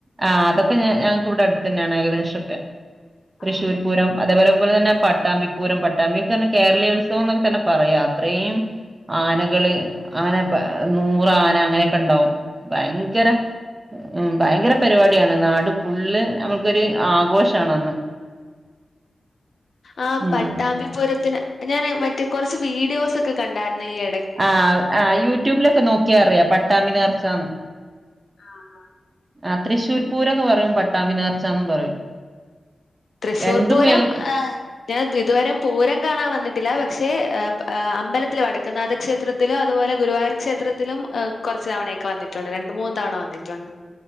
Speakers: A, on the right (about 35°); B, on the left (about 70°).
A: ആഹ് അതൊക്കെ ഞ ഞങ്ങക്ക് ഇവിടെ അടുത്ത് തന്നെയാണ് ഏകദേശവൊക്കെ തൃശൂർ
B: ആഹ്
A: പൂരം അതേപോലെ പോലെ പോലെ തന്നെ പട്ടാമ്പി പൂരം പട്ടാമ്പിയൊക്കെ തന്നെ കേരളീയോത്സവം എന്നൊക്കെ തന്നെ പറയാം അത്രയും ആനകള് അങ്ങനെ നൂറ് ആന അങ്ങനെയൊക്കെ ഉണ്ടാവും ഭയങ്കര
B: ആഹ്
A: ഉം ഭയങ്കര പരിപാടിയാണ് നാട് ഫുള്ള് നമ്മുക്കൊരു ആഘോഷാണ് അന്ന്
B: ആഹ്
A: ഉം
B: പട്ടാമ്പിപൂരത്തിന് ഞാന് മറ്റേ കുറച്ച് വീഡിയോസ് ഒക്കെ കണ്ടായിരുന്നു ഈ ഇട
A: ആഹ് ആഹ് യൂട്യൂബിലൊക്കെ നോക്കിയാ അറിയാം പട്ടാമ്പി നേർച്ചാന്ന്
B: ആഹ് ആഹ്
A: ആഹ് തൃശൂർ പൂരോന്ന് പറയും പട്ടാമ്പി നേർച്ചാന്നും പറയും
B: തൃശ്ശൂർ
A: രണ്ടും
B: പൂരം
A: മേൽ
B: ആഹ് ഞാൻ ഇപ്പോ ഇതുവരെയും പൂരം കാണാൻ വന്നിട്ടില്ല പക്ഷെ അമ്പലത്തിൽ വടക്കുനാഥ ക്ഷേത്ര ത്തിലും അതുപോലെ ഗുരുവായൂർ ക്ഷേത്രത്തിലും കുറച്ച് തവണയൊക്കെ വന്നിട്ടുണ്ട് രണ്ട് മൂന്ന് തവണ വന്നിട്ടുണ്ട്